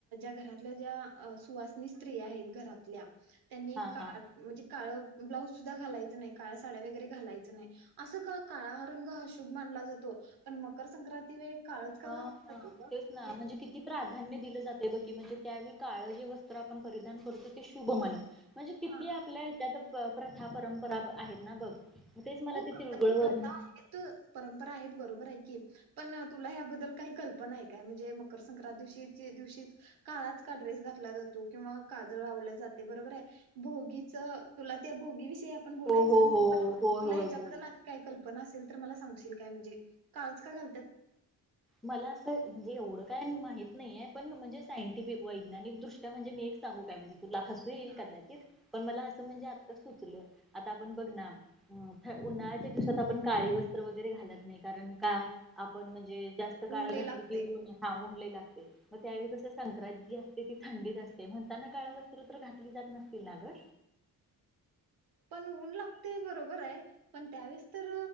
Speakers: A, on the right (about 75°); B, in the centre.
A: घरातल्या ज्या सुवासनी स्त्रीया आहेत. घरातल्या त्यांनी
B: हा
A: काळ
B: हा
A: म्हणजे, काळ ब्लाऊज सुद्धा घालायचं नाही. काळ्या साड्या वगैरे घालायचं नाही. असं का, काळा रंग अशुभ मानला जातो पण मकर संक्रांती वेळी काळच का
B: ह
A: घातलं
B: हा
A: जाते गं?
B: तेच ना
A: हे
B: म्हणजे किती प्रा धान्य दिलं जाते बघ की म्हणजे त्यावेळी काळ जे वस्त्र आपण परिधान करतो ते शुभ म्हण. म्हणजे किती
A: हां.
B: आपल्या ह्याच्यात, प्रथा परंपरा आहेत ना बघ. तेच मला
A: हो
B: ते
A: प्रथा
B: तिळगुळ
A: प्रथा
B: वरण
A: आहेत, परंपरा आहेत बरोबर आहे पण तुला ह्या बद्दल काय कल्पना आहे काय म्हणजे मकर संक्रांती दिवशीच काळाच का ड्रेस घातला जातो. काजळ लावलं जाते, बरोबर आहे. भोगीच तुला त्या भोगी दिवशी, ते आपण बोलायचं
B: हो हो
A: राहील.
B: हो
A: पण आपण
B: होय
A: तुला
B: होय
A: ह्याच्याबद्दल
B: बोल
A: आधी काही कल्पना अस ल तर मला सां गशील काय म्हणजे, काळच का घालत्यात?
B: मला असं म्हणजे एवढं काय माहित नाहीे. पण म्हणजे सायंटिफिक व वैज्ञानिक दृष्ट्या म्हणजे मी एक सांगू काय म्हणजे, तुला हसू येईल.
A: हां
B: कदाचित पण मला असं म्हणजे, सुचल आता आपण बघ ना. अ ह उन्हाळ्याचा दिवसांत आपण काळी वस्त्र वगैरे घालत नाही कारण का? आपण म्हणजे, काळ
A: ऊन लय
B: घातली
A: लागतंय.
B: कि उन लई लागते मग त्यावेळी कस संक्रांती जी असते ती थंडीत असते म्हणताना काळ वस्त्र तर घातली जात नसतील ना ग.
A: पण ऊन लागते बरोबर आहे. पण त्यावेळेस तर